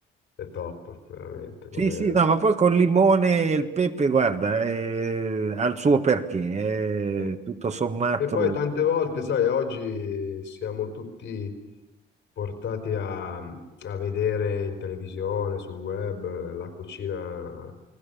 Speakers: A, on the left; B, on the right.
A: è top, veramente, come...
B: Sì, sì, no, ma poi col limone e il pepe, guarda, eh, ha il suo perché,
A: eh.
B: è tutto sommato
A: Che poi tante volte, sai, oggi siamo tutti portati a, a vedere in televisione, sul web, la cucina